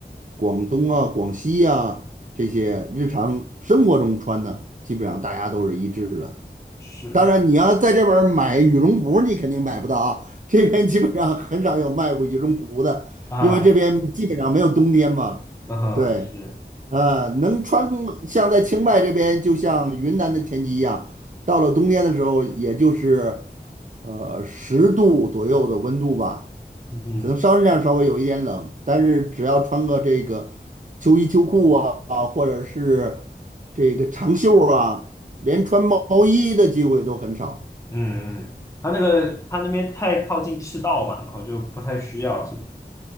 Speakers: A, on the right; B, on the left.
A: 广东啊、广西啊这些日常生活中穿的，基本上大家都是一致的。
B: 是
A: 当然，你要在这边儿买羽绒服，你肯定买不到啊。这边基本上很少有卖过羽绒服的，
B: 啊，
A: 因为这边基本上没有冬天嘛。
B: 啊哈，
A: 对，
B: 是，
A: 呃，能穿像在清迈这边，就像云南的天气一样，到了冬天的时候，也就是呃十度左右的温度吧，
B: 嗯哼。
A: 可能稍微上稍微有一点冷，但是只要穿个这个秋衣秋裤啊，啊，或者是这个长袖儿啊，连穿毛衣的机会都很少。
B: 嗯嗯，他那个他那边太靠近赤道嘛，然后就不太需要，是不是？